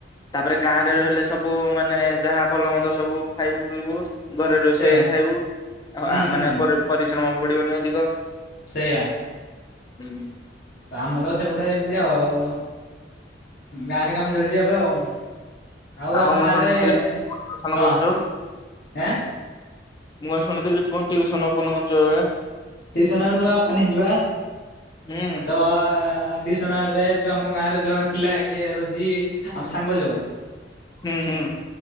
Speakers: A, on the left; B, on the left.
A: ତାପରେ ଗାଁ ରେ ରହିଲେ ସବୁ ମାନେ ଯାହା ଭଲମନ୍ଦ ସବୁ ଖାଇବୁ ପିଇବୁ। ଘରେ ରୋଷେଇ
B: ସେଇଆ
A: ଖାଇବୁ ଅ
B: ହୁଁ
A: ଆ
B: ହୁଁ
A: ମାନେ ପ-ପରିଶ୍ରମ ପଡିବନି ଅଧିକ।
B: ସେଇୟା।
A: ହୁ‍ଁ ଉଁ।
B: ତ ଆମର ସେପଟେ ଏମତି ଆଉ ଆଉ ଗାଁରେ କାମ ଚାଲିଛି ଏବେ ଆଉ। ଆଉ ଆମ
A: କଣ ମୁଁ
B: ଗାଁ
A: ଶୁଣିଥିଲି
B: ରେ
A: ଟିଉସନ
B: ହଁ
A: କରୁଛୁ
B: ଏଁ।
A: ମୁଁ ବା ଶୁଣିଥିଲି ତୁ କଣ ଟିଉସନ ଓପନ କରିଚୁ ଏବେ।
B: ଟିଉସନ ଏବେ ନୁଆଁ ଓପନ ହେଇଚିବା
A: ହୁଁ
B: ତ ଟିସନ‌ ଏବେ ଯୋଉ ଆମ ଗାଁରେ ଜଣେ ଥିଲା କିଏ ରୋଜି ଆମ ସାଙ୍ଗ ଯୋଉ।
A: ହୁଁ ହୁଁ।